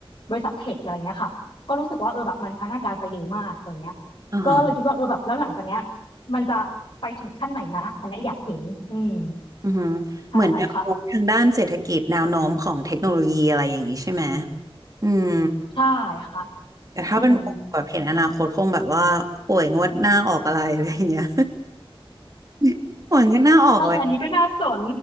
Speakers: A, on the left (about 55°); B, on the right (about 35°).
A: บริษัทเทคอะไรเงี้ยค่ะก็รู้สึกว่าเออแบบมันพัฒนาการไปเร็วมากอะไรเงี้ย
B: อ่าฮะ
A: ก็เลยคิดว่าเออแบบแล้วหลังจากเนี้ยมันจะไปถึงขั้นไหนนะอันเนี้ยอยากเห็นอืม
B: อือือเหมือนแนวโน้มทางด้านเศรษฐกิจแนวโน้มของเทคโนโลยีอะไรอย่างนี้ใช่ไหม
A: ใช่ค่ะ
B: อืม
A: ใช่ค่ะ
B: แต่ถ้าเป็นโมแบบเห็นอนาคตคงแบบว่าหวยงวดหน้าออกอะไรอะไรอย่างเงี้ย
A: อืม
B: <laughs> หวยงวดหน้าออกอะไร
A: เอออันนี้ก็น่าสน